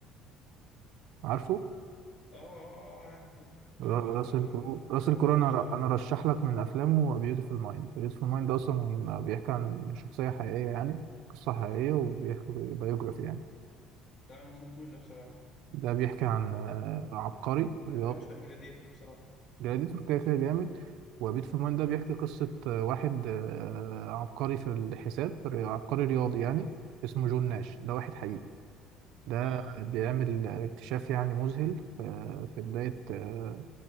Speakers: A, on the right; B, on the left.
A: عارفه
B: اه اه اه آه، يا عم فاكره
A: را-
B: اه لا
A: راسل
B: ده انا
A: كرو راسل
B: ده
A: كرو
B: انا بعشقه
A: انا ر- انا رشح لك من افلامه بيوتفول مايند بيوتفول مايند اصلا بيحكي عن شخصيه حقيقيه يعني قصه حقيقيه وبيحكي بايوجرافي يعني
B: لا انا ما سمعتوش ده بصراحة
A: ده بيحكي عن آه، عبقري رياضي
B: انا بعشق جلاديتر بصراحة
A: جلاديتور كده كده جامد وبيت فمان
B: مم.
A: ده بيحكي قصة آه، واحد آه، عبقري في الحساب ري- عبقري رياضي يعني اسمه جون ناش ده واحد حقيقي ده
B: اه
A: بيعمل آه، اكتشاف يعني مذهل في في بداية آه،